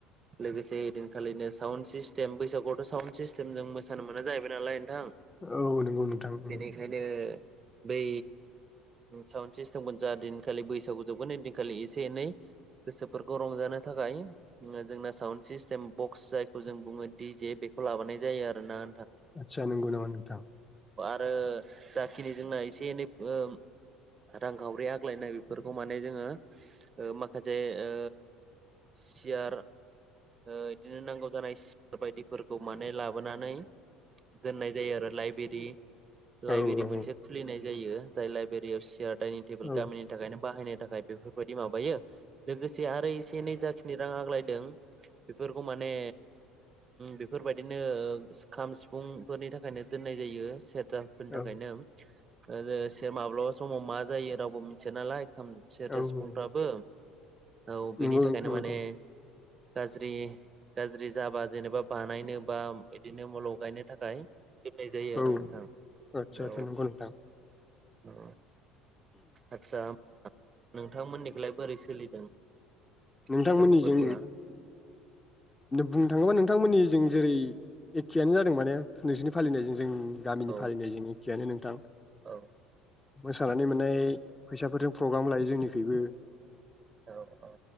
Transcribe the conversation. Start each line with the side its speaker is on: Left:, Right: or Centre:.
Right: लोगोसे ओदिनखालिनो साउन्ड सिस्टेम बैसागुआवथ' साउन्न्द सिस्टेम जों मोसानो मोना जाहैबाय नालाय। थां
Left: औ नंगौ नोंथां नंगौ
Right: बेनिखायनो बै साउन्ड सिस्टेमखौ जा दिनखालि बैसागु जोबगोन दिनखालि एसे एनै गोसोफोरखौ रंजानो थाखाय ओ जोंना साउन्ड सिस्टेम बक्स जायखौ जों बुङो डि जे बेखौ लाबोनाय जायो आरोना।
Left: आच्छा नोंगौ नामा नोंथां
Right: ओ जाखिनि जोंना एसे एनै ओम रांखावरि आग्लायनाय बेफोरखौ माने जोङो ओ माखासे ओ सियार ओ इदिनो नांगौ जानाय सि बायदिफोरखौ माने लाबोनानै दोननाय जायो आरो लाइब्रेरि लाइब्रेरि
Left: औ औ
Right: मोनसे खुलिनाय जायो। जाय लाइबेरियाव सियार डाइनिं टेबोल
Left: औ
Right: गामिनि थाखायनो बाहायनो थाखाय बेफोरखौ बायदि माबायो लोगोसे आरोै से नै जाखिनि रां आग्लाय दों बेफोरखौ माने बेफोरबायदिनो खाम सिफुंफोरनि थाखायनो दोननाय जायो सेर दा फोरनि थाखायनो
Left: औ
Right: ओ जेस दे माब्लाबा समाव मा जायो रावबो मि सोनालाय खाम सेरजा
Left: औ
Right: सिफुंफ्राबो
Left: औ
Right: औ बेनि
Left: नंगौ
Right: थाखायनो
Left: नोंथां नंगौ
Right: माने गाज्रि गाज्रि जाबा जेनेबा बानायनो बा बिदिनो मल गायनो थाखाय गोरनाय जायो
Left: औ
Right: आरो नोंथां
Left: आदसा आदसा
Right: औ
Left: नंगौ नोंथां
Right: ओ आतसा नोंथांमोननिखौलाय बोरै सोलिदों
Left: नोंथांमोननि
Right: बैसागु फोरबोआ
Left: जों बुंनो थाङोबा नोंथांमोननि जों जेरै एखेयानो जादों माने नोंसोरनि फालिनायजों गामिनि
Right: औ
Left: फालिनाय ज एखेयानो नोंथां
Right: औ
Left: मोसानानै मोननाय फैसाफोरजों प्रग्राम लायो जोंनिखैबो
Right: औ औ